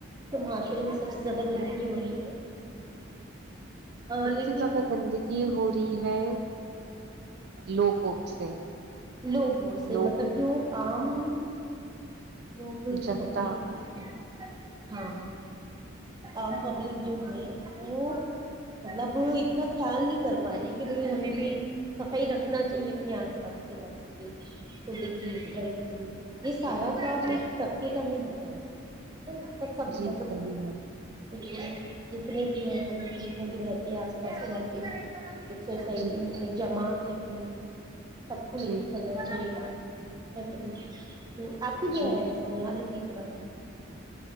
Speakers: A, on the right (about 20°); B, on the right (about 50°).
A: تو معاشرے میں سب سے زیادہ گندگی ہو رہی ہے
B: سب
A: لیکن
B: سے زیادہ گندگی ہو رہی ہے لوگوں سے
A: لوگوں سے
B: لوگ
A: مطلب جو آم لوگ جو
B: جنتا
A: پبلک ہے ہاں عام پبلک جو ہے وہ مطلب اتنا خیال نہیں کر پا رہی کہ بھائی ہمیں بھی صفائی رکھنا چاہیے اپنے آس پاس علاقوں کی خود کی گھر کی
B: جی
A: یہ سارا کام
B: جی
A: ایک طب کے نہیں ہوتا ہے ایک س
B: جی صحیح ہے
A: بالکل جتنے بھی ہے ہمیں جتنے بھی رہتے ہیں آس پاس علاقے میں سوسائٹی
B: جی
A: میں ایک جمع لکھنی سب کو لے
B: جی
A: کے چلنا چاہیے سک م آپ ہی کہہ
B: جی
A: رہاے ہیں اس میں آلودگی بار